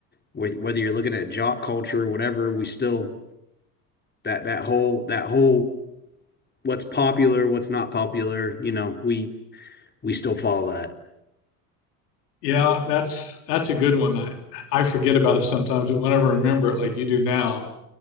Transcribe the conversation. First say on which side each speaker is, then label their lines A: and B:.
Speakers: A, on the left; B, on the left.
A: wh- whether you're looking at jock culture or whatever we still that that whole that whole what's popular what's not popular you know we we still follow that
B: Yeah, that's that's a good one. I, I forget about it sometimes, but whenever I remember it, like you do now,